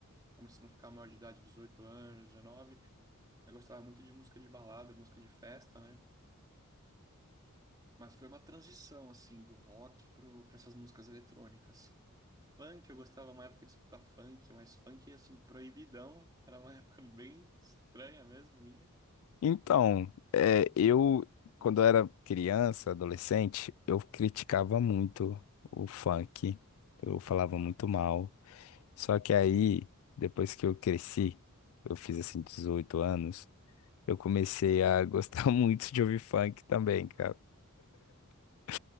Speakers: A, on the right; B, on the left.
A: começando a ficar maior de idade, 18 anos, 19. Eu gostava muito de música de balada, música de festa, né? Mas foi uma transição, assim, do rock para essas músicas eletrônicas. Funk, eu gostava uma época de escutar funk, mas funk, assim, proibidão. Era uma <laughs> época bem estranha mesmo, minha.
B: Então, é, eu, quando eu era criança, adolescente, eu criticava muito o funk, eu falava muito mal. Só que aí, depois que eu cresci, eu fiz assim 18 anos, eu comecei a gostar <laughs> muito de ouvir funk também, cara. <laughs> Não